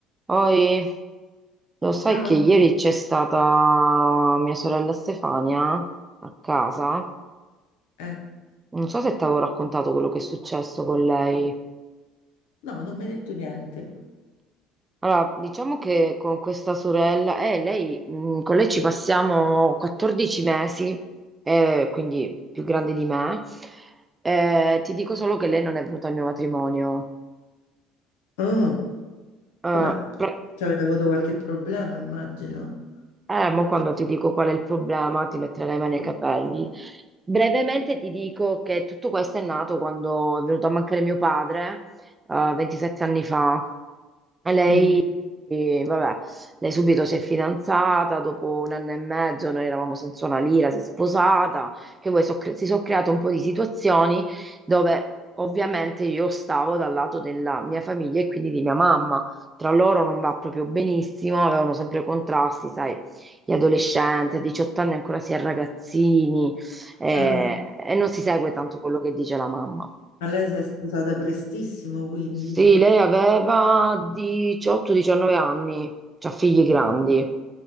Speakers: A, on the right (about 20°); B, on the left (about 80°).
A: Poi, lo sai
B: Ciao,
A: che ieri c'è stata mia sorella Stefania a casa?
B: eh,
A: Non so se ti avevo raccontato quello che è successo con lei.
B: no, non mi hai detto niente.
A: Allora, diciamo che con questa sorella, eh, lei, mh, con lei ci passiamo 14 mesi, eh, quindi più grande di me. Eh, ti dico solo che lei non è venuta al mio matrimonio.
B: Oh,
A: Eh,
B: vabbè,
A: pro-
B: ci avete avuto qualche problema, immagino.
A: Eh, mo quando ti dico qual è il problema, ti metterai le mani ai capelli. Brevemente ti dico che tutto questo è nato quando è venuto a mancare mio padre, eh, 27 anni fa. E Lei
B: Mm.
A: e vabbè, lei subito si è fidanzata, dopo un anno e mezzo noi eravamo senza una lira, si è sposata, che poi so- si sono create un po' di situazioni dove ovviamente io stavo dal lato della mia famiglia e quindi di mia mamma. Tra loro non va proprio benissimo, avevano sempre contrasti, sai, gli adolescenti, a 18 anni ancora si è ragazzini eh,
B: Eh,
A: e non si segue tanto quello che dice la mamma.
B: Ma lei si è sposata prestissimo, quindi.
A: Sì, lei aveva 18-19 anni, cioè figli
B: Mm.
A: grandi.